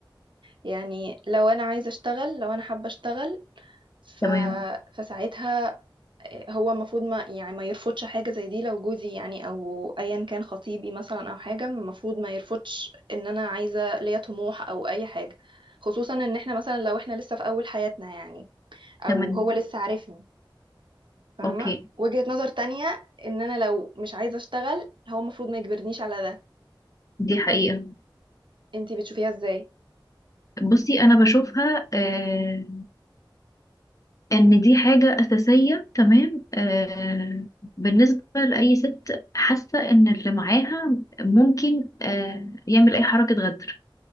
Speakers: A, on the right; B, on the left.
A: يعني لو انا عايزة اشتغل لو انا حابة اشتغل ف...
B: تمام
A: فساعتها هو المفروض ما يعني ما يرفضش حاجة زي دي لو جوزي يعني او ايا كان خطيبي مثلا او حاجة المفروض ما يرفضش ان انا عايزة ليا طموح او اي حاجة خصوصا ان احنا مثلا لو احنا لسه في اول حياتنا يعني او
B: تمام
A: هو لسه عارفني فاهمة
B: أوكي
A: وجهة نظر تانية ان انا لو مش عايزة اشتغل هو المفروض ما يجبرنيش على ده
B: دي حقيقة
A: انتي بتشوفيها ازاي
B: بصي أنا بشوفها آه إن دي حاجة أساسية تمام آه بالنسبة لأي ست حاسة إن اللي معاها ممكن آه يعمل أي حركة غدر